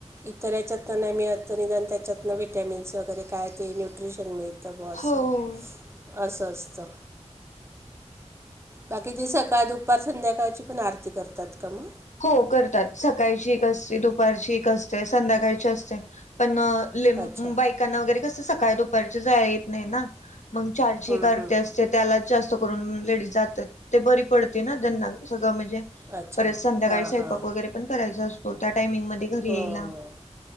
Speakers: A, on the right; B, on the left.
A: इतर याच्यातनं नाही मिळत निदान त्याच्यातनं व्हिटामिन्स वगैर काय ते न्यूट्रिशन मिळ त ब असं
B: हो.
A: असं असतं. बाकी ते सकाळ दुपार संध्याकाळची पण आरती करतात का म?
B: हो करतात सकाळची एक असते, दुपारची एक असते, संध्याकाळची असते पण न लिम
A: अच्छा
B: बायकांना वगैरे कसं सकाळ दुपारच्या जाय येत नाही ना मग चारची
A: हं,
B: एक आरती
A: हं.
B: अस चे त्याला जास्त करून लेडीज जातात ते बरी पडते ना त्यांना सगळं म्हणजे
A: अच्छा
B: संध्याळी
A: हां
B: स्वंयपाक
A: हां
B: वगैरे पण करायचा असतो त्या टायमिंगमध्ये घरी
A: हो
B: यायला